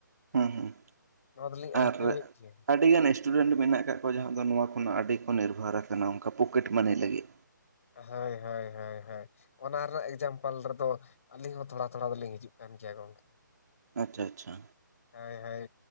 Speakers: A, on the right; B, on the left.
A: ᱦᱩᱸ ᱦᱩᱸ,
B: ᱱᱚᱣᱟ ᱫᱚᱞᱤᱧ ᱟᱹᱭᱠᱟᱹᱣᱮᱫ
A: <unintelligible>
B: ᱜᱮᱭᱟ
A: ᱟᱹᱰᱤ ᱜᱟᱱ ᱥᱴᱩᱰᱮᱱᱴ ᱢᱮᱱᱟᱜ ᱟᱠᱟᱫ ᱠᱚᱣᱟ ᱡᱟᱦᱟᱸ ᱫᱚ ᱱᱚᱣᱟ ᱠᱷᱚᱱᱟᱜ ᱟᱹᱰᱤ ᱠᱚ ᱱᱤᱨᱵᱷᱟᱨ ᱠᱟᱱᱟ ᱚᱱᱠᱟ ᱯᱚᱠᱮᱴ ᱢᱟᱱᱤ ᱞᱟᱹᱜᱤᱫ᱾
B: ᱦᱟᱹᱭ ᱦᱟᱹᱭ ᱦᱟᱹᱭ ᱦᱟᱹᱭ ᱾ ᱚᱱᱟ ᱨᱮᱱᱟᱜ ᱮᱠᱡᱟᱢᱯᱟᱞ ᱨᱮᱫᱚ ᱟᱹᱞᱤᱧ ᱦᱚᱸ ᱛᱷᱚᱲᱟ ᱛᱷᱚᱲᱟ ᱫᱚᱞᱤᱧ ᱦᱤᱡᱩᱜ ᱠᱟᱱ ᱜᱮᱭᱟ ᱜᱚᱝᱠᱮ᱾
A: ᱟᱪᱪᱷᱟ ᱟᱪᱪᱷᱟ᱾
B: ᱦᱟᱹᱭ ᱦᱟᱹᱭ